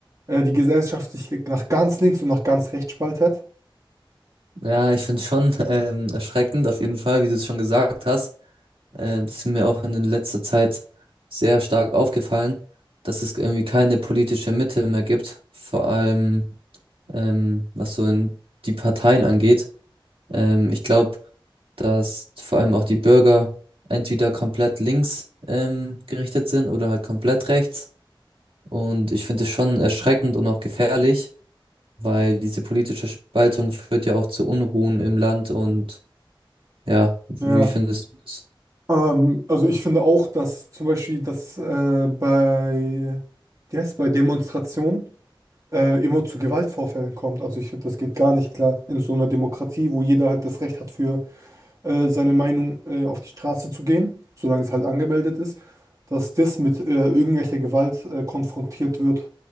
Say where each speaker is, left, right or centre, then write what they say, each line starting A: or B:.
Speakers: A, on the right; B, on the right.
A: äh, die Gesellschaft sich nach ganz links und nach ganz rechts spaltet?
B: Ja, ich finde es schon <laughs> ähm, erschreckend, auf jeden Fall, wie du es schon gesagt hast. Äh, das ist mir auch in letzter Zeit sehr stark aufgefallen, dass es irgendwie keine politische Mitte mehr gibt, vor allem ähm, was so in die Parteien angeht. Ähm, ich glaube, dass vor allem auch die Bürger entweder komplett links ähm, gerichtet sind oder halt komplett rechts. Und ich finde es schon erschreckend und auch gefährlich, weil diese politische Spaltung führt ja auch zu Unruhen im Land und ja, wie
A: Ja.
B: findest du das?
A: Ähm, also ich finde auch, dass zum Beispiel das äh, bei, wie heißt bei Demonstrationen äh, immer zu Gewaltvorfällen kommt. Also ich finde, das geht gar nicht klar in so einer Demokratie, wo jeder halt das Recht hat, für äh, seine Meinung äh, auf die Straße zu gehen, solange es halt angemeldet ist, dass das mit äh, irgendwelcher Gewalt äh, konfrontiert wird.